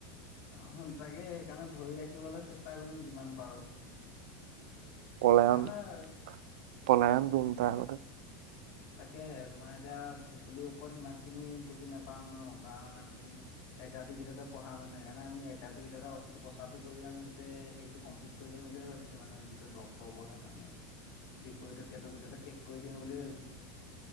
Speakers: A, on the left (about 50°); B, on the right (about 75°).
A: অহ, তাকে সেইকাৰণে ধৰি ৰাখিবলৈ চেষ্টা কৰিম যিমান পাৰো।
B: পলায়ন-পলায়ন
A: ভাল হয় আৰু
B: দিম তাৰ আগতে।
A: তাকে তোমাৰ এতিয়া ভেকুলীৰ ওপৰত সিমান খিনি বুজি নাপায়। পাম নহ কাৰণ আমি একাডেমি ভিতৰতে পঢ়া মানুহ, সেইকাৰণে আমি একাডেমি ভিতৰতে অস্ৰপচাৰো কৰি। আমি গোটে হেৰিটো কমপ্লিট কৰি দিম বুলি ভাবিছো মানে যিটো ডক্তৰ পঢ়ে মানুহে। বিষয়টো সেইেটো কথাতে শেষ কৰি দিওঁ বুলিয়ে ভাবিছো।